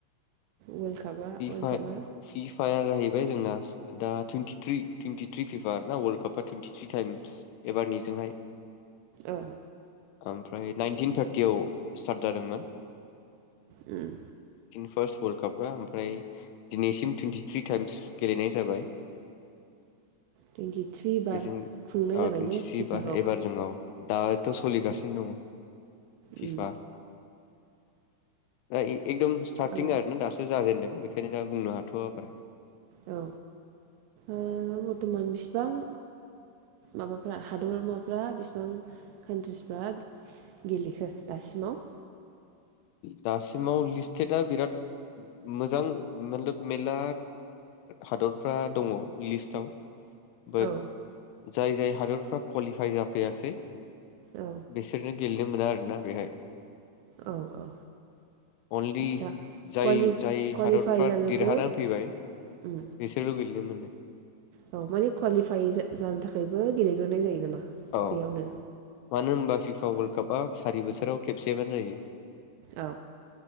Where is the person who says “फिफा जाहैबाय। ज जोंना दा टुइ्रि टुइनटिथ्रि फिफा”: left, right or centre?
Left